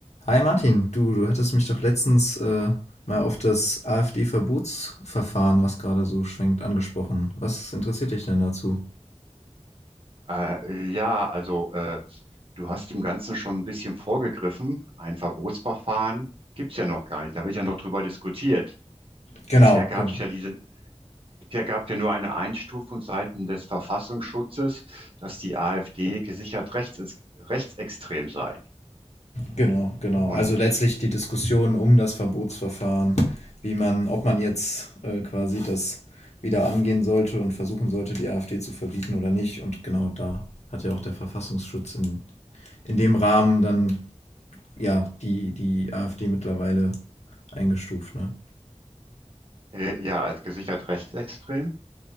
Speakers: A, on the left; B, on the right.
A: Hi Martin, du, du hattest mich doch letztens äh, mal auf das AfD-Verbotsverfahren, was gerade so schwenkt, angesprochen. Was interessiert dich denn dazu?
B: Äh, ja, also äh, du hast dem Ganzen schon ein bisschen vorgegriffen. Ein Verbotsverfahren gibt's ja noch gar nicht. Da wird ja noch drüber diskutiert.
A: Genau,
B: Bisher gab's
A: genau,
B: ja diese, bisher gab's ja nur eine Einstufung seitens des Verfassungsschutzes, dass die AfD gesichert rechts, rechtsextrem sei.
A: genau, genau.
B: Und
A: Also letztlich die Diskussion um das Verbotsverfahren, wie man, ob man jetzt äh, quasi das wieder angehen sollte und versuchen sollte, die AfD zu verbieten oder nicht. Und genau da hat ja auch der Verfassungsschutz in, in dem Rahmen dann ja die, die AfD mittlerweile eingestuft, ne?
B: äh, ja, als gesichert rechtsextrem.